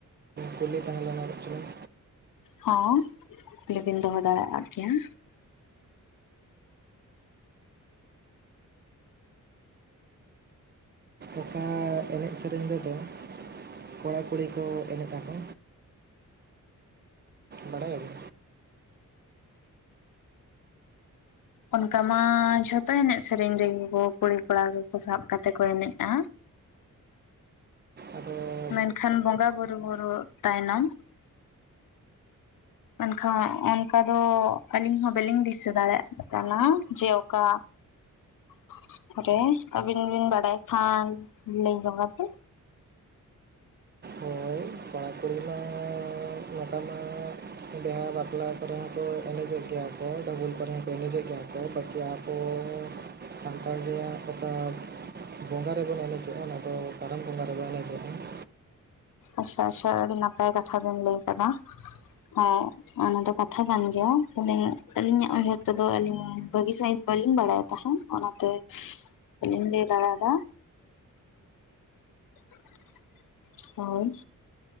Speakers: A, on the right; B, on the left.
A: ᱠᱩᱞᱤ ᱛᱟᱦᱮᱸ ᱞᱮᱱᱟ ᱪᱮᱫ ᱪᱚᱝᱼᱼ
B: ᱦᱚᱸ ᱠᱩᱠᱞᱤ ᱵᱮᱱ ᱫᱚᱦᱚ ᱫᱟᱲᱮ ᱟᱜ ᱜᱮᱭᱟᱼᱼ
A: ᱚᱠᱟ ᱮᱱᱮᱡ ᱥᱮᱨᱮᱧ ᱨᱮᱫᱚ ᱠᱚᱲᱟ ᱠᱩᱲᱤ ᱠᱚ ᱮᱱᱮᱡ ᱟᱠᱚ? ᱵᱟᱲᱟᱭ ᱟᱵᱤᱱ?
B: ᱚᱱᱠᱟ ᱢᱟ ᱡᱷᱚᱛᱚ ᱮᱱᱮᱡ ᱥᱮᱨᱮᱧ ᱨᱮᱜᱮ ᱠᱩᱲᱤ ᱠᱚᱲᱟ ᱠᱚᱠᱚ ᱥᱟᱵ ᱠᱟᱛᱮ ᱠᱚ ᱮᱱᱮᱡᱼᱟ᱾
A: ᱟᱫᱚᱼᱼ
B: ᱢᱮᱱᱠᱷᱟᱱ ᱵᱚᱸᱜᱟ ᱵᱩᱨᱩ <unintelligible> ᱛᱟᱭᱱᱚᱢᱼᱼ ᱢᱮᱱᱠᱷᱟᱱ ᱚᱱᱠᱟ ᱫᱚ ᱟᱹᱞᱤᱧ ᱦᱚᱸ ᱵᱟᱹᱞᱤᱧ ᱫᱤᱥᱟᱹ ᱫᱟᱲᱮᱭᱟᱜ ᱠᱟᱱᱟ ᱡᱮ ᱚᱠᱟᱼᱼ <unintelligible> ᱨᱮ ᱟᱹᱵᱤᱱ ᱵᱤᱱ ᱵᱟᱲᱟᱭ ᱠᱷᱟᱱ ᱞᱟᱹᱭ ᱧᱚᱜ ᱟᱵᱤᱱᱼᱼ
A: ᱦᱚᱭ ᱠᱚᱲᱟ ᱠᱩᱲᱤ ᱢᱟ ᱱᱮᱛᱟᱨ ᱢᱟᱼᱼ ᱵᱤᱦᱟ ᱵᱟᱯᱞᱟ ᱠᱚᱨᱮ ᱦᱚᱸ ᱠᱚ ᱮᱱᱮᱡᱮᱜ ᱜᱮᱭᱟ ᱠᱚ ᱰᱟᱹᱵᱩᱝ ᱠᱚᱨᱮ ᱦᱚᱸ ᱠᱚ ᱮᱱᱮᱡᱮᱜᱼᱼ ᱡᱟᱦᱟᱸ ᱠᱚ ᱯᱟᱹᱠᱤᱭᱟ ‌ᱠᱚᱼᱼ ᱥᱟᱱᱛᱟᱲ ᱨᱮᱭᱟᱜ ᱚᱠᱟ ᱵᱚᱸᱜᱟ ᱨᱮᱵᱚᱱ ᱮᱱᱮᱡᱚᱜ-ᱟ ᱚᱱᱟ ᱫᱚ ᱠᱟᱨᱟᱢ ᱵᱚᱸᱜᱟ ᱨᱮᱵᱚᱱ ᱮᱱᱮᱡᱚᱜ-ᱟ᱾
B: ᱟᱪᱪᱷᱟ ᱟᱪᱪᱷᱟ ᱟᱹᱰᱤ ᱱᱟᱯᱟᱭ ᱠᱟᱛᱷᱟ ᱵᱤᱱ ᱞᱟᱹᱭ ᱟᱠᱟᱫᱟ, ᱦᱮᱸ᱾ ᱚᱱᱟ ᱫᱚ ᱠᱟᱛᱷᱟ ᱠᱟᱱ ᱜᱮᱭᱟ <unintelligible> ᱟᱹᱞᱤᱧᱟᱜ ᱩᱭᱦᱟᱹᱨ ᱛᱮᱫᱚ ᱟᱹᱞᱤᱧ ᱵᱷᱟᱹᱜᱤ ᱥᱟᱺᱦᱤᱡ ᱵᱟᱹᱞᱤᱧ ᱵᱟᱲᱟᱭ ᱛᱟᱦᱮᱸᱫ᱾ ᱚᱱᱟᱛᱮ <unintelligible> ᱵᱟᱹᱞᱤᱧ ᱞᱟᱹᱭ ᱫᱟᱲᱮ ᱟᱫᱟ᱾ <unintelligible> ᱦᱳᱭ᱾